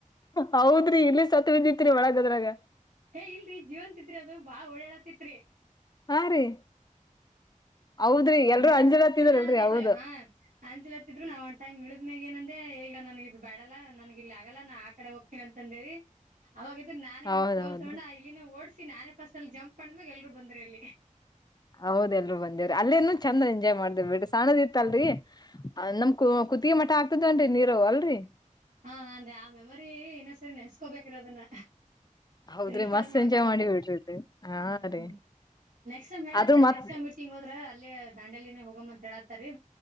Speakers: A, on the left; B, on the right.
A: ಹೌದ್ರಿ ಇಲ್ಲಿ ಸತ್ ಬಿದ್ದಿತ್ರಿ ಒಳಗ ಅದ್ರಾಗ
B: ಇಲ್ರಿ ಜೀವನ್ತ ಇತ್ತ ಅದು ಬಾಳ ಓಡಾಳತಿತ್ರಿ
A: ಆ ರೀ ಹೌದ್ರಿ ಎಲ್ರೂ
B: ಗಡಾಡ
A: ಅಂಜಲತ್ತಿದ್ರಲ್ರಿ
B: ನ
A: ಹೌದು
B: ಹ ಅಂಜಲತ್ತಿದ್ರು ನಾ ಒನ್ ಟೈಮ್ ಇ ಗ ಏನಂದೆ ಈಗ ನನ್ಗ ಇದು ಬಾಡಲ್ಲ ನನ್ಗ ಇಲ್ಲಿ ಆಗಲ್ಲ ನಾ ಆ ಕಡೆ ಹೋಗ್ತೇನ ಅಂತ ಅಂದೇರಿ ಅವಾಗ ಇದ್ರ ನಾನೇ
A: ಹೌದೌದು
B: ಒಂದ ಕೋಲ್ ತಗೊಂಡ ಇಲ್ಲಿನ ಓಡಸಿ ನಾನೇ ಫಸ್ ಅಲ್ಲಿ ಜಂಪ್ ಮಾಡ್ಮ್ಯಾಗ ಎಲ್ರು ಬಂದ್ರ ಅಲ್ಲಿ
A: ಹೌದ ಎಲ್ರು ಬಂದೇವ್ರಿ ಅಲ್ಲೇನು ಚಂದ ಎಂಜಾಯ್ ಮಾಡ್ದೇವ್ ಬಿಡ ಸಣದಿತ್ತ ಅಲ್ರಿ ನಮ್ ಕು ಕುತ್ತೆ ಗೆ ಮಠ ಆಗ್ತದನ್ರಿ ನೀರು ಅಲ್ರರಿ
B: ಹಾ ಅಂದ್ರೆ ಆ ಮೆಮೊರಿ ಇನ್ನೊ ಸರಿ ನೆನ್ಸ್ಕೋಬೇಕ್ರ ಅದನ್ನ
A: ಹೌದ್ರಿ
B: ರೀಕಾಲ್
A: ಮಸ್ತ್
B: ಮಾಡ್ಕೊಬೇಕು
A: ಎಂಜಾಯ್ ಮಾಡಿ ಬಿಡ್ರಿ ಹಾ
B: ಹ್ಮ್
A: ರೀ
B: ನೆಕ್ಸ್ ಟಮ್ ಹೇಳಾತ
A: ಅದು
B: ರ
A: ಮತ್
B: ನಕ್ಸ್ಟೈಮ ಮೀಂಗ ಹೋದ್ರ ಅಲ್ಲೇ ದಾಂಡಲಿನೇ ಹೋಗಮ್ಮ ಅಂತ ಹೇಳಾತಾರಿೀ